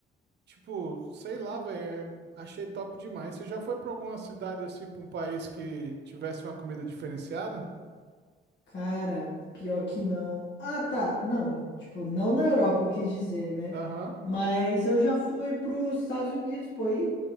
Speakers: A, on the right; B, on the left.
A: Tipo, sei lá, velho. é- Achei top demais. Você já foi pra alguma cidade assim, pra um país que tivesse uma comida diferenciada?
B: Cara, pior que não. Ah, tá. Não, tipo, não na Europa, eu quis dizer, né?
A: Aham,
B: Mas eu já fui pros Estados Unidos, pô. E,